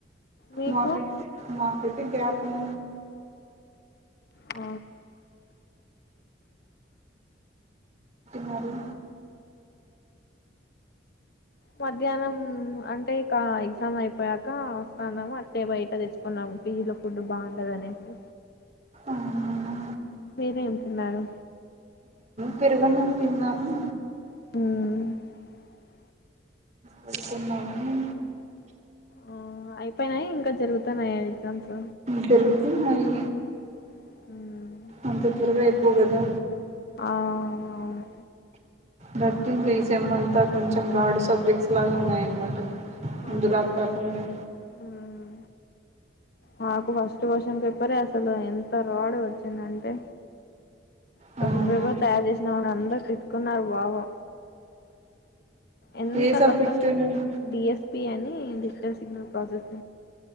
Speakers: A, on the left; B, on the right.
A: మీకు
B: మాకైతే మాకైతే గ్యాప్ ప <inaudible>
A: ఆ
B: నాది
A: మధ్యాహ్నం అంటే ఇక ఎగ్జామ్ అయిపోయాక వస్తాన్నాము అట్టే బయట తెచ్చుకున్నాము పీజీలో ఫుడ్ బాగుండదనేసి
B: అవునా?
A: మీరేం తిన్నారు
B: పెరుగు అన్నం తిన్నాము
A: మ్
B: పడుకున్నామని
A: ఆ అయిపోయినాయి ఇంకా జరుగుతన్నాయ ఎగ్జామ్స్
B: జరుగుతున్నాయి
A: మ్
B: అంత త్వరగా అయిపోవు కదా
A: ఆ అవును
B: దర్టి ఇంకా ఈ సెమ్ అంతా కొంచెం రాడ్ సబ్జెక్ట్స్ లాగా ఉన్నాయన్నమాట ముందులాగ
A: అవునా
B: కాకుండ
A: మ్మ్ మాకు ఫస్ట్ క్వశ్చన్ పేపరే అసలు ఎంత రాడ్గా వచ్చిందంటే క్వశ్చన్
B: అవునా
A: పేపర్ తయారు చేసినా వాల్లని అందరూ తిట్టుకున్నారు బాగా ఎంత
B: ఏ సబ్జెక్ట్
A: కష్టపడి
B: అవునా
A: డి ఎస్ పి అని ది డిజిటల్ సిగ్నల్ ప్రాసెస్